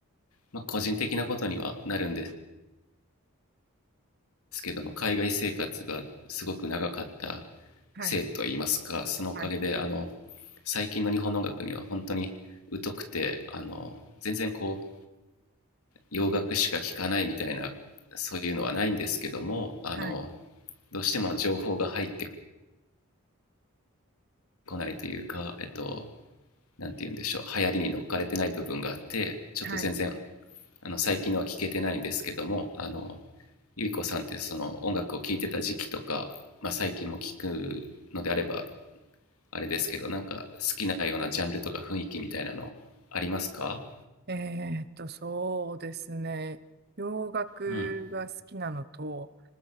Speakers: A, on the left (about 85°); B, on the right (about 45°).
A: まあ、個人的なことにはなるんですけども、海外生活がすごく長かった
B: はい、
A: せいといいますか、そのおかげで、
B: はい、
A: あの、最近の日本の音楽には本当に疎くて、あの、全然こう、洋楽しか聴かないみたいな、そういうのはないんですけども、あの、
B: はい、
A: どうしても情報が入ってこないというか、えっと、なんて言うんでしょう、流行りに乗っかれてない部分があって、ちょっと全然、
B: はい。
A: あの、最近のは聞けてないんですけども、あの、ゆりこさんってその音楽を聴いてた時期とか、まあ、最近も聞くのであれば、あれですけど、なんか好きなようなジャンルとか雰囲気みたいなのありますか
B: えーっと、そうですね。洋楽が好きなのと、
A: うん、